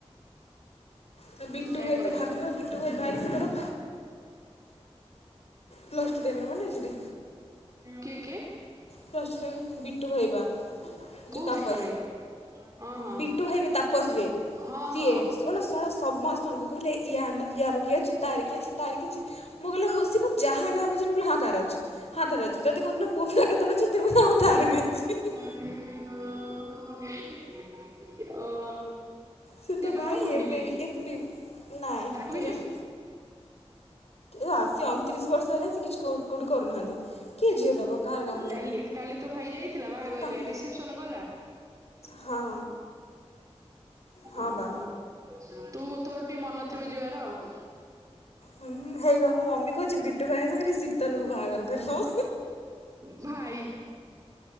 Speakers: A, on the left; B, on the right.
A: ତ ବିଟୁ
B: ଏହା
A: ଭାଇ
B: କହିଦେ।
A: ତ ଭାବିବ ବିଟୁ ଭାଇ <unintelligible> ସାଙ୍ଗର। ପ୍ଲସ୍ ଟୁ ଟାଇମରେ ମନେ ଅଛି ଟି
B: କିଏ କିଏ?
A: ପ୍ଲସ୍ ଟୁ ଟାଇମରେ ବିଟୁ ଭାଇ ବା ଯୋଉ
B: କୋଉ
A: ତାପସ
B: ବିଟୁ ଭାଇ? ହଁ ହଁ
A: ବିଟୁ ଭାଇବେ ତାପସ ଯେ।
B: ହଁ
A: ସିଏ
B: ହଁ
A: କହିଲା ଶଳା ସମସ୍ତଙ୍କୁ କହିଲା ୟା ୟାର କିଏ ଅଛି ତାର କିଏ ଅଛି ତାର କିଏ କିଛି ମୁଁ କହିଲି ସିଏ ମୁଁ ଯାହା ନା ପଚାରିବ ମୁ କହିଲି ହଁ ତାର ଅଛି। ହଁ ତାର ଅଛି ଯଦି କୋଉ ଦିନ ପୁଅ ପିଲା କଥା ପଚାରିଥିବ ମୁ କହିବି ତାର ବି ଅଛି।
B: ଅ
A: ସେ ତ
B: ବାହା
A: ଭାଇ
B: ହବନି
A: ଏବେ
B: କି?
A: ବି ଏବେ ବି ନାଇଁ
B: ତାକୁ
A: କେଜାଣି
B: ବି
A: ଆସି ଅଣତିରିଶ ବର୍ଷ ହେଲାଇ ସେ କିଛି କୋଉଠି କରୁନାହାନ୍ତି କିଏ ଝିଅ ଦବ କାହାର କାମ ନାହିଁ।
B: କାଲି କାଲି ତୋ ଭାଇ ଯାଇଥିଲା ବାହାଘରିଆ
A: ତା
B: ରେସିପ୍ସନ ଗଲା?
A: ହଁ। ହଁ
B: ଓହୋ
A: ବା
B: ତୁ ତୋର ଟିକେ ମନ ଥିବ ଯିବାର ଆଉ।
A: ହୁଁ ହେଇବା ମୁଁ ମମି କହୁଛି ବିଟୁ ଭାଇ ସାଙ୍ଗରେ ଶୀତଲକୁ ବାହାଘର କରିବୁ।
B: ଭାଇ।